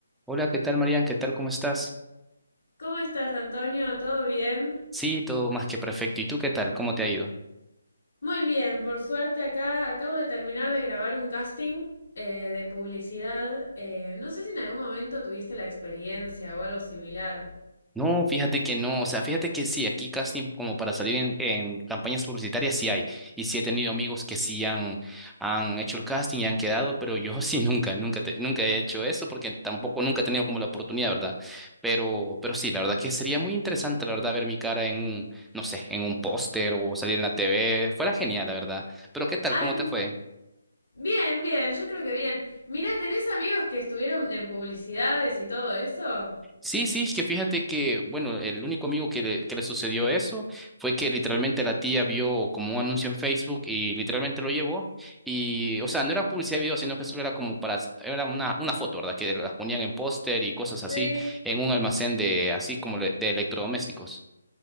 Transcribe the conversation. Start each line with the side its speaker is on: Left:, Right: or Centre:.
Centre: Hola, ¿qué tal, Marian? ¿Qué tal? ¿Cómo estás?
Left: ¿Cómo estás, Antonio? ¿Todo bien?
Centre: Sí, todo más que perfecto. ¿Y tú qué tal? ¿Cómo te ha ido?
Left: Muy bien, por suerte acá acabo de terminar de grabar un casting eh, de publicidad. Eh, no sé si en algún momento tuviste la experiencia o algo similar.
Centre: No, fíjate que no, o sea, fíjate que sí, aquí casting como para salir en, en campañas publicitarias sí hay. Y sí he tenido amigos que sí han, han hecho el casting y han quedado, pero yo <laughs> sí nunca, nunca, te- nunca he hecho eso porque tampoco nunca he tenido como la oportunidad, ¿verdad? Pero, pero sí, la verdad que sería muy interesante, la verdad, ver mi cara en un, no sé, en un póster o salir en la TV. Fuera genial, la verdad. Pero ¿qué tal?
Left: Ay,
Centre: ¿Cómo te fue?
Left: bien, bien, yo creo que bien. Mira, ¿tenés amigos que estuvieron en publicidades y todo eso?
Centre: Sí, sí, es que fíjate que, bueno, el único amigo que le, que le sucedió eso fue que literalmente la tía vio como un anuncio en Facebook y literalmente lo llevó. Y, o sea, no era publicidad de video, sino que solo era como para, era una, una foto, ¿verdad? Que las ponían en póster y cosas así,
Left: Sí.
Centre: en un almacén de, así como le- de electrodomésticos.